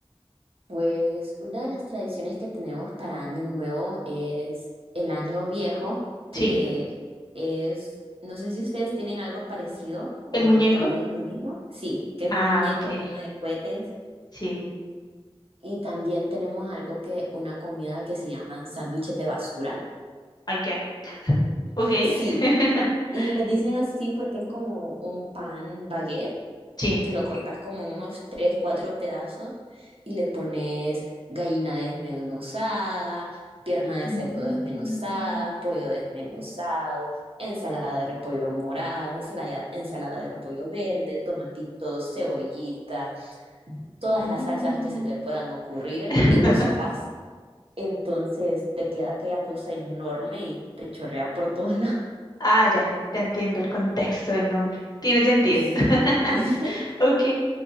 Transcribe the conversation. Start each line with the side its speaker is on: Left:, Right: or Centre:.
Right: Pues una de las tradiciones que tenemos para Año Nuevo es el Año Viejo, que
Left: Sí.
Right: es, no sé si ustedes tienen algo parecido o
Left: ¿El muñeco?
Right: tal vez lo mismo. Sí, que es
Left: Ah,
Right: un muñeco
Left: ok.
Right: lleno de cohetes.
Left: Sí.
Right: Y también tenemos algo que, una comida que se llaman sándwiches de basura.
Left: ¿Ay qué? Ok.
Right: Sí,
Left: <laughs>
Right: y les dicen así porque es como un pan baguette
Left: Sí.
Right: que lo cortas como en unos tres, cuatro pedazos y le pones gallina desmenuzada, pierna de
Left: Mm,
Right: cerdo desmenuzada, pollo desmenuzado, ensalada de repollo morado, ensalada, ensalada de repollo verde, tomatitos, cebollita, todas
Left: oh.
Right: las salsas que se te puedan ocurrir
Left: <laughs>
Right: y lo cerrás. Entonces te queda aquella cosa enorme y te chorrea por todos lados.
Left: Ah, ya, ya entiendo el contexto del nombre. Tiene sentido.
Right: <laughs> Sí.
Left: <laughs>
Right: <laughs>
Left: Ok,